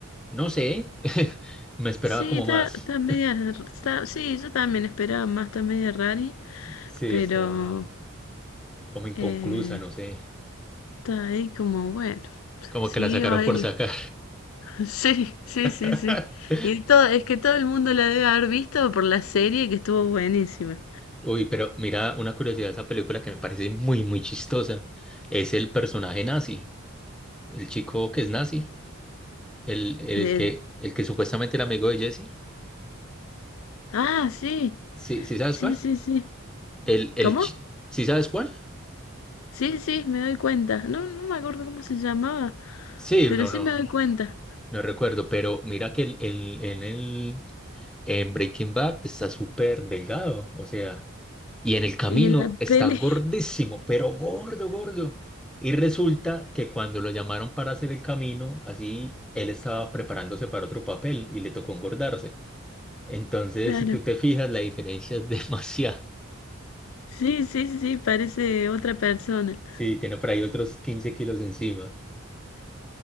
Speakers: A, in the centre; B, on the left.
A: no sé, <laughs> me esperaba
B: Sí,
A: como
B: está,
A: más.
B: está media, está- sí, yo también esperaba más, está media rari,
A: Sí,
B: pero
A: está como inconclusa,
B: Eh,
A: no sé,
B: está ahí como, bueno,
A: como
B: siguió
A: que la sacaron
B: a
A: por
B: él.
A: sacar.
B: <laughs> Sí, sí,
A: <laughs>
B: sí, sí. Y todo, es que todo el mundo la debe haber visto por la serie que estuvo buenísima.
A: Uy, pero mira, una curiosidad de esa película que me parece muy, muy chistosa es el personaje nazi, el chico que es nazi, el, el
B: De...
A: que, el que supuestamente era amigo de Jesse.
B: Ah, sí,
A: ¿Sí, sí sabes
B: sí,
A: cuál?
B: sí, sí.
A: El, el,
B: ¿Cómo?
A: chi- ¿sí sabes cuál?
B: Sí, sí, me doy cuenta. No, no me acuerdo cómo se llamaba,
A: Sí,
B: pero
A: no,
B: sí
A: no,
B: me doy cuenta.
A: no recuerdo, pero mira que el, el, en el En Breaking Bad está súper delgado, o sea, y en el camino
B: Y en la
A: está
B: peli,
A: gordísimo, pero gordo, gordo. Y resulta que cuando lo llamaron para hacer el camino, así él estaba preparándose para otro papel y le tocó engordarse. Entonces,
B: <laughs> claro.
A: si tú te fijas, la diferencia es <laughs> demasiada.
B: Sí, sí, sí, sí, parece otra persona.
A: Sí, tiene por ahí otros 15 kilos encima.